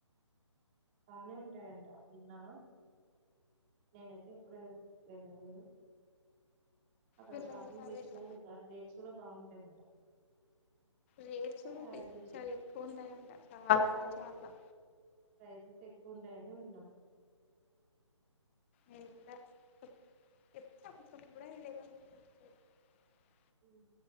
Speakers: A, on the right; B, on the left.
A: బానే ఉంటాయంట విన్నా నేనైతే ఇప్పుడు వెళ్ళలేదు అక్కడ
B: వెళ్ళలేదు
A: షాపింగ్
B: అవి
A: చేస్నోలు
B: వెళ్ళ
A: చెప్పారు రేట్స్ గూడా బావుంటాయ్
B: రేట్సు
A: యావరేజ్.
B: పిచ్చ ఎక్కువుంటాయంట చాలా అంటే
A: హై
B: చాలా
A: ప్రైజెస్ ఎక్కువ ఉంటాయని విన్నా
B: <unintelligible>
A: హ్మ్